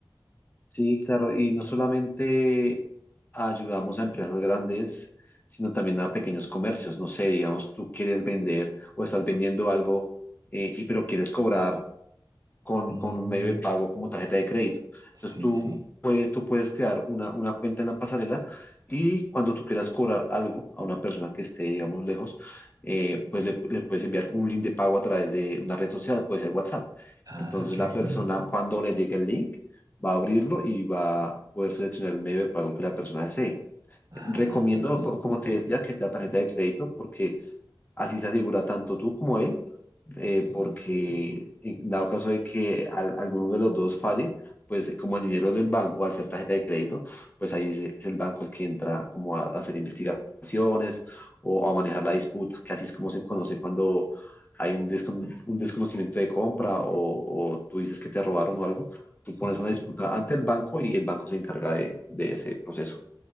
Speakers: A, on the left; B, on the right.
A: Sí, claro, y no solamente ayudamos a empresas grandes, sino también a pequeños comercios. No sé, digamos, tú quieres vender o estás vendiendo algo, eh, y pero quieres cobrar con,
B: Mm,
A: con un medio de pago como tarjeta de crédito. Entonces
B: sí,
A: tú,
B: sí.
A: puedes tú puedes crear una, una cuenta en la pasarela y cuando tú quieras cobrar algo a una persona que esté, digamos, lejos, eh, pues le, le puedes enviar un link de pago a través de una red social, puede ser WhatsApp.
B: Ah,
A: Entonces
B: qué
A: la
B: bien.
A: persona cuando le llegue el link va a abrirlo y va a poder seleccionar el medio de pago que la persona desee.
B: Ah,
A: Recomiendo,
B: súper
A: co- como te
B: bien.
A: decía, que sea tarjeta de crédito porque Así se asegura tanto tú como él, eh,
B: Sí,
A: porque en dado caso de que al- alguno de los dos falle, pues eh, como el dinero es del banco, al ser tarjeta de crédito, pues ahí se- es el banco el que entra como a, a hacer investigaciones o a manejar la disputa, que así es como se conoce cuando hay un, descon- un desconocimiento de compra o, o tú dices que te robaron o algo, tú
B: sí,
A: pones una
B: sí.
A: disputa ante el banco y el banco se encarga de de ese proceso.